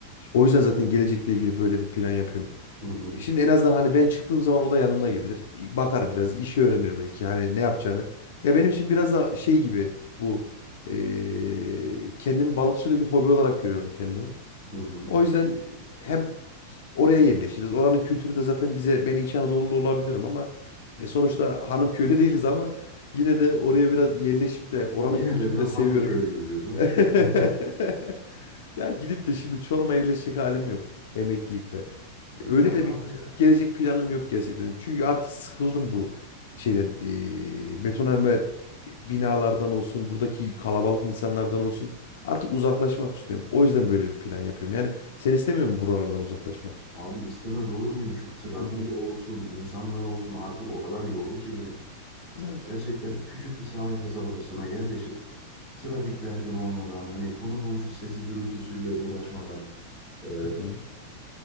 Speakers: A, on the left; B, on the left.
A: O yüzden zaten gelecekle ilgili böyle bir plan yapıyorum.
B: Hı hı,
A: E, Şimdi en azından hani ben çıktığım zaman o da yanımda gelir. E, Bakar biraz, işi öğrenir belki. Hani ne yapacağını. Ya benim için biraz da şey gibi bu. E, kendimi balıkçılığı bir hobi olarak görüyorum kendimi.
B: hı hı.
A: O yüzden e, hem oraya yerleşiriz. Oranın kültürü de zaten bize ben İç Anadolu'lu olabilirim ama e, sonuçta hanım köylü <laughs> değiliz ama yine de oraya biraz yerleşip de oranın
B: Yine
A: kültürünü
B: de biraz
A: de seviyorum.
B: hanım köylüyüz diyorsun
A: <laughs>
B: ha?
A: Ya gidip de şimdi Çorum'a yerleşecek halim yok emeklilikte.
B: <laughs> E
A: Öyle
B: tabi
A: de
B: abi
A: bir
B: ya.
A: gelecek planım yok gerçekten. Çünkü artık sıkıldım bu şeyden. eee betonarme binalardan olsun, buradaki kalabalık insanlardan olsun. Artık uzaklaşmak istiyorum. O yüzden böyle bir plan yapıyorum. Yani sen istemiyor musun buralardan uzaklaşmak?
B: Abi istemez olur muyum şu trafiği
A: Hı hı.
B: olsun, insanlar olsun artık o kadar yordu ki beni.
A: Evet.
B: Gerçekten küçük bir sahil kasabasına yerleşip trafik derdim olmadan, hani konu komşu sesi gürültüsüyle uğraşmadan eee,
A: Hı hı.